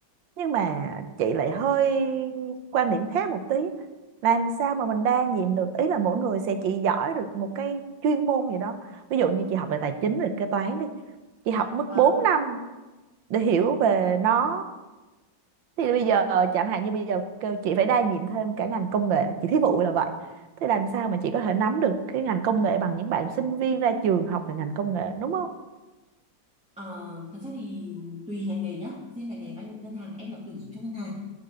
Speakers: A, on the right; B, in the centre.
A: nhưng mà chị lại hơi quan điểm khác một tí làm sao mà mình đa nhiệm được ý là mỗi người sẽ chỉ giỏi được một cái chuyên môn gì đó ví dụ như chị học về tài chính về kế toán đi chị học mất
B: vâng
A: 4 năm để hiểu về nó thì bây giờ chẳng hạn như bây giờ kêu chị phải đa nhiệm thêm cả ngành công nghệ chị thí dụ là vậy thế làm sao mà chị có thể nắm được cái ngành công nghệ bằng những bạn sinh viên ra trường học về ngành công nghệ đúng không
B: Ờ, thật ra thì tùy ngành nghề nhá riêng ngành nghề banh ngân hàng em là tuyển dụng cho ngân hàng